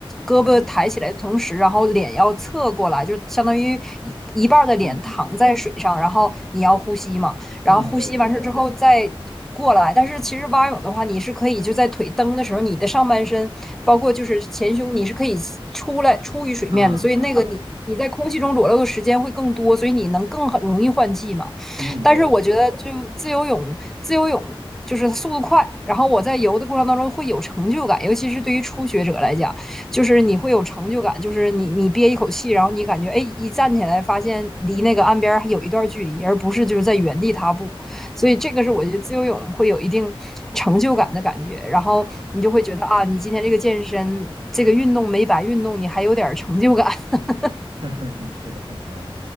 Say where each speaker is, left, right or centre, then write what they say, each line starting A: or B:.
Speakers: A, in the centre; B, on the right.
A: 胳膊抬起来的同时，
B: 嗯
A: 然后脸要侧过来，就相当于一一半儿的脸躺在水上，
B: 嗯嗯嗯
A: 然后你要呼吸嘛，
B: 嗯，
A: 然后呼吸完事之后再过来。
B: 对对对，
A: 但是其实蛙泳的话，你是可以就在腿蹬的时候，你的上半身包括就是前胸，你是可以出来出于水面的，
B: 啊啊啊，
A: 所以那个你你在空气中裸露的时间会更多，所以你能更很容易换气嘛。
B: 嗯，
A: 但是我觉得就自由泳，
B: 对对对，
A: 自由泳就是速度快，然后我在游的过程当中会有成就感，尤其是对于初学者来讲，就是你会有成就感，
B: 嗯
A: 就是你你憋一口气，然后你感觉哎一站起来，发现离那个岸边还有一段距离，而不是就是在原地踏步，
B: 嗯嗯，
A: 所以这个是我觉得自由泳会有一定成就感的感觉，然后你就会觉得啊，
B: 哦。
A: 你今天这个健身这个运动没白运动，你还有点成就感，
B: 嗯
A: <laughs>
B: 嗯，<laughs> 是的，嗯，